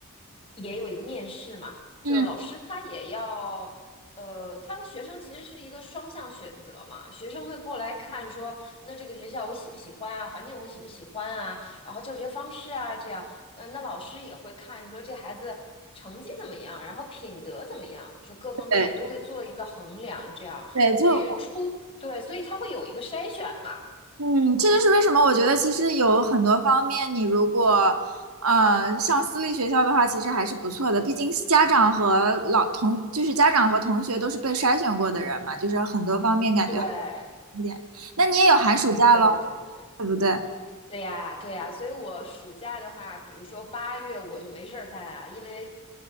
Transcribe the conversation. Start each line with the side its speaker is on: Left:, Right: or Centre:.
Left: 也有一个面试嘛。就老师他也要，
Right: 嗯，
Left: 呃，他和学生其实是一个双向选择嘛。学生会过来看说，那这个学校我喜不喜欢啊，环境我喜不喜欢啊，然后教学方式啊，这样，嗯、那老师也会看说这孩子成绩怎么样，然后品德怎么样，就各方面也都会做一个衡量，
Right: 对
Left: 这样，
Right: 对，就我
Left: 所以出，对，所以他会有一个筛选嘛，
Right: 嗯，这就是为什么我觉得其实有很多方面，你如果呃上私立学校的话，其实还是不错的。毕竟家长和老同，就是家长和同学都是被筛选过的人嘛，就是很多方面感觉好
Left: 对，
Right: 一点。那你也有寒暑假喽，
Left: 对对对。
Right: 对不对？
Left: 对呀，对呀，所以我暑假的话，比如说八月我就没事儿干啊，因为